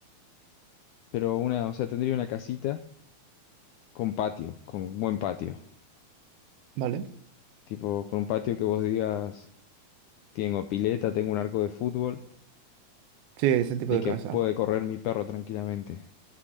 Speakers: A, on the left (about 80°); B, on the right (about 90°).
A: Pero una, o sea, tendría una casita con patio, con buen patio.
B: ¿vale?
A: Tipo, con un patio que vos digas, tengo pileta, tengo un arco de fútbol
B: Sí, ese tipo
A: Y
B: de
A: que
B: casa.
A: puede correr mi perro tranquilamente.